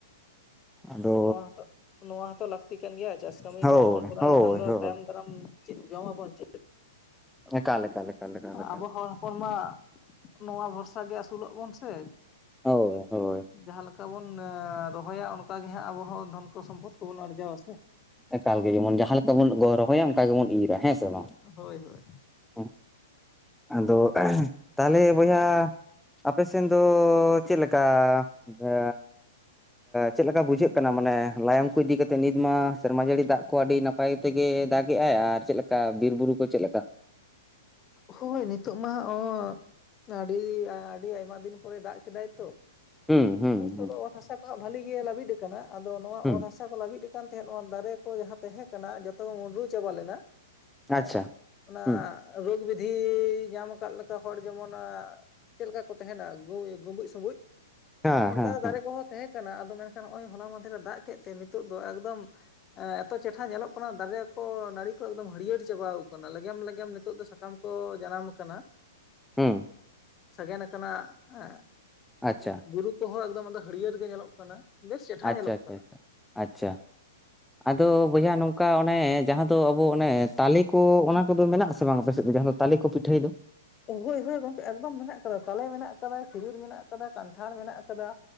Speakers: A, in the centre; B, on the left.
A: ᱟᱫᱚ
B: ᱱᱚᱣᱟ, ᱱᱚᱣᱟ ᱦᱚᱸᱛᱚ ᱞᱟᱹᱠᱛᱤ ᱠᱟᱱ ᱜᱮᱭᱟ᱾ ᱪᱟᱥ ᱠᱟᱹᱢᱤ
A: ᱦᱳᱭ
B: ᱵᱟᱝ ᱵᱚᱱ ᱠᱚᱨᱟᱣ
A: ᱦᱳᱭ
B: ᱞᱮᱠᱷᱟᱱ ᱫᱚ,
A: ᱦᱳᱭ
B: ᱛᱟᱭᱚᱢ ᱫᱟᱨᱟᱢ ᱪᱮᱫ ᱡᱚᱢ ᱟᱵᱚᱱ ᱪᱮᱫ᱾
A: ᱮᱠᱟᱞ, ᱮᱠᱟᱞ᱾ ᱮᱠᱟᱞ ᱮᱠᱟᱞ ᱮᱠᱟᱞ
B: ᱟᱵᱚ ᱦᱚᱲ ᱦᱚᱯᱚᱱ ᱢᱟ, ᱱᱚᱣᱟ ᱵᱷᱚᱨᱥᱟ ᱜᱮ ᱟᱹᱥᱩᱞᱚᱜ ᱵᱚᱱ ᱥᱮ᱾
A: ᱦᱳᱭ ᱦᱳᱭ
B: ᱡᱟᱦᱟᱸ ᱠᱟ ᱵᱚᱱ ᱨᱚᱦᱚᱭᱟ᱾ ᱚᱱᱠᱟ ᱜᱮ ᱦᱟᱸᱜ ᱟᱵᱚ ᱦᱚᱸ ᱫᱷᱚᱱ ᱠᱚ, ᱥᱚᱢᱯᱚᱫ ᱠᱚ ᱵᱚᱱ ᱟᱨᱡᱟᱣᱟ ᱥᱮ᱾
A: ᱮᱠᱟᱞ ᱜᱮ ᱡᱮᱢᱚᱱ, ᱡᱟᱦᱟᱸ ᱞᱮᱠᱟ ᱵᱚᱱ ᱜᱚ ᱨᱚᱦᱚᱭᱟ ᱚᱱᱠᱟ ᱜᱮᱵᱚᱱ ᱤᱨᱟ ᱦᱮᱸ ᱥᱮ ᱵᱟᱝ᱾
B: ᱦᱳᱭ, ᱦᱳᱭ᱾
A: <unintelligible> ᱟᱫᱚ ᱛᱟᱦᱞᱮ ᱵᱚᱭᱦᱟᱻᱻ ᱟᱯᱮ ᱥᱮᱱ ᱫᱚᱻ ᱪᱮᱫ ᱞᱮᱠᱟ ᱚᱱᱠᱟ ᱪᱮᱫ ᱞᱮᱠᱟ ᱵᱩᱡᱷᱟᱹᱜ ᱠᱟᱱᱟ ᱢᱟᱱᱮ ᱞᱟᱭᱚᱝ ᱠᱚ ᱤᱫᱤ ᱠᱟᱛᱮᱜ ᱱᱤᱛ ᱢᱟ ᱥᱮᱨᱢᱟ ᱡᱟᱹᱲᱤ ᱫᱟᱜ ᱠᱚ ᱟᱹᱰᱤ ᱱᱟ ᱯᱟᱭ ᱛᱮᱜᱮ ᱫᱟᱜᱮ-ᱟᱭ ᱟᱨ ᱪᱮᱫ ᱞᱮᱠᱟ ᱵᱤᱨ ᱵᱩᱨᱩ ᱠᱚ ᱪᱮᱫ ᱞᱮᱠᱟ?
B: ᱦᱳᱭ ᱱᱤᱛᱚᱜ ᱢᱟ ᱚ ᱟᱹᱰᱤ ᱟᱹᱰᱤ ᱟᱭᱢᱟ ᱫᱤᱱ ᱯᱚᱨᱮ ᱫᱟᱜ ᱠᱮᱫᱟᱭ ᱛᱚ,
A: ᱦᱩᱸ ᱦᱩᱸ
B: ᱟᱫᱚ ᱱᱤᱛᱚᱜ
A: ᱦᱩᱸ
B: ᱫᱚ ᱚᱛ ᱦᱟᱥᱟ ᱠᱚ ᱦᱟᱸᱜ ᱵᱷᱟᱞᱤ ᱜᱮ ᱞᱟᱹᱵᱤᱫ ᱟᱠᱟᱱᱟ ᱟᱫᱚ ᱱᱚᱣᱟ
A: ᱦᱩᱸ
B: ᱚᱛ ᱦᱟ ᱥᱟ ᱞᱟᱹᱵᱤᱫ ᱟᱠᱟᱱ ᱛᱟᱦᱮᱸᱫ ᱱᱚᱣᱟ ᱫᱟᱨᱮ ᱠᱚ ᱡᱟᱦᱟᱸ ᱛᱟᱦᱮᱸ ᱠᱟᱱᱟ ᱡᱷᱚᱛᱚ ᱢᱩᱰᱨᱩ ᱪᱟᱵᱟ ᱞᱮᱱᱟ, ᱦᱮᱸ
A: ᱟᱪᱪᱷᱟ
B: ᱚᱱᱟ
A: ᱦᱩᱸ
B: ᱨᱳᱜᱽ ᱵᱤᱫᱷᱤ ᱧᱟᱢ ᱠᱟᱫ ᱞᱮᱠᱟ ᱦᱚᱲ ᱡᱮᱢᱚᱱ ᱱᱟᱜ ᱪᱮᱫ ᱞᱮᱠᱟ ᱠᱚ ᱛᱟᱦᱮᱸᱱᱟ ᱜᱩᱸ ᱜᱩᱸᱵᱩᱡ ᱥᱩᱸᱵᱩᱡ?
A: ᱦᱮᱸ
B: ᱚᱱᱠᱟ
A: ᱦᱮᱸ
B: ᱫᱟᱨᱮ
A: ᱦᱮᱸ
B: ᱠᱚᱦᱚᱸ ᱛᱟᱦᱮᱸ ᱠᱟᱱᱟ ᱚᱱᱠᱟ ᱫᱟᱨᱮ ᱠᱚᱦᱚᱸ ᱛᱟᱦᱮᱸ ᱠᱟᱱᱟ ᱟᱫᱚ ᱢᱮᱱᱠᱷᱟᱱ ᱱᱚᱜ-ᱚᱭ ᱦᱚᱞᱟ ᱢᱟᱦᱫᱷᱮᱨᱮ ᱫᱟᱜ ᱠᱮᱫ ᱛᱮ ᱱᱤᱛᱚᱜ ᱫᱚ ᱮᱠᱫᱚᱢ ᱮᱸ ᱮᱛᱚ ᱪᱮᱴᱷᱟ ᱧᱮᱞᱚᱜ ᱠᱟᱱᱟ ᱫᱟᱨᱮ ᱠᱚ ᱱᱟᱹᱲᱤ ᱠᱚ ᱮᱠᱫᱚᱢ ᱦᱟᱹᱨᱭᱟᱹᱲ ᱪᱟᱵᱟᱣ ᱠᱟᱱᱟ ᱞᱮᱜᱮᱢ ᱞᱮᱜᱮᱢ ᱱᱤᱛᱚᱜ ᱫᱚ ᱥᱟᱠᱟᱢ ᱠᱚ ᱡᱟᱱᱟᱢ ᱠᱟᱱᱟ᱾
A: ᱦᱩᱸ᱾
B: ᱥᱟᱜᱮᱱ ᱠᱟᱱᱟ ᱮᱸᱜ
A: ᱟᱪᱪᱷᱟ,
B: ᱵᱩᱨᱩ ᱠᱚᱦᱚᱸ ᱮᱠᱫᱚᱢ ᱟᱫᱚ ᱦᱟᱹᱲᱭᱟᱹᱨ ᱜᱮ ᱧᱮᱞᱚᱜ ᱠᱟᱱᱟ᱾ ᱵᱮᱥ ᱪᱮᱴᱷᱟ
A: ᱟᱪᱪᱷᱟ
B: ᱧᱮᱞᱚᱜ
A: ᱟᱪᱪᱷᱟ
B: ᱠᱟᱱᱟ
A: ᱟᱪᱪᱷᱟ, ᱟᱪᱪᱷᱟ ᱾ ᱟᱫᱚ ᱵᱚᱭᱦᱟ ᱱᱚᱝᱠᱟ ᱚᱱᱮ ᱡᱟᱦᱟᱸ ᱫᱚ ᱟᱵᱚ ᱚᱱᱮ ᱛᱟᱞᱮ ᱠᱚ ᱚᱱᱟ ᱠᱚᱫᱚ ᱢᱮᱱᱟᱜ ᱟᱥᱮ ᱵᱟᱝ ᱟᱯᱮᱥᱮᱫ ᱫᱚ ᱡᱟᱦᱟᱸ ᱫᱚ ᱛᱟᱞᱮ ᱠᱚ ᱯᱤᱴᱷᱟᱹᱭ ᱫᱚ
B: ᱦᱳᱭ ᱦᱳᱭ ᱜᱚᱝᱠᱮ ᱮᱠᱫᱚᱢ ᱢᱮᱱᱟᱜ ᱟᱠᱟᱫᱟ ᱛᱟᱞᱮ ᱢᱮᱱᱟᱜ ᱟᱠᱟᱫᱟ ᱠᱷᱤᱡᱩᱨ ᱢᱮᱱᱟᱜ ᱟᱠᱟᱫᱟ ᱠᱟᱱᱴᱷᱟᱲ ᱢᱮᱱᱟᱜ ᱟᱠᱟᱫᱟ᱾